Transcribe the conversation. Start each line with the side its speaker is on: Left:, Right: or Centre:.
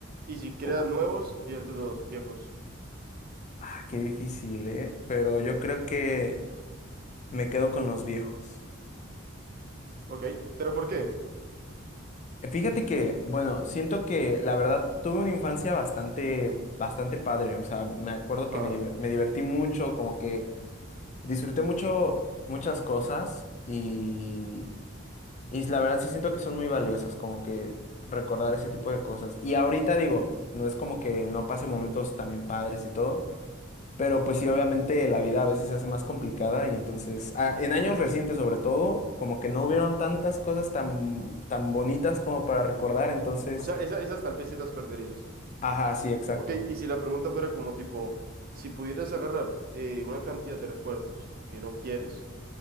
Right: Y si creas
Left: Oh.
Right: nuevos, pierdes los viejos,
Left: Ah, qué difícil, ¿eh? Pero yo creo que me quedo con los viejos.
Right: ¿ok? ¿Pero por qué?
Left: Mm. Fíjate que, bueno, siento que la verdad tuve una infancia bastante, bastante padre. O sea, me acuerdo
Right: Ajá.
Left: que me, diver- me divertí mucho, como que disfruté mucho muchas cosas y, y la verdad sí siento que son muy valiosas, como que recordar ese tipo de cosas. Y ahorita digo, no es como que no pase momentos también padres y todo, pero pues sí, obviamente la vida a veces se hace más complicada y entonces, ah, en años recientes sobre todo, como que no hubieron tantas cosas tan, tan bonitas como para recordar, entonces,
Right: O sea, esas esas tal vez sí las perderías.
Left: ajá, sí, exacto,
Right: Ok, y si la pregunta fuera como tipo, si pudieras agarrar eh, una cantidad de recuerdos que no quieres,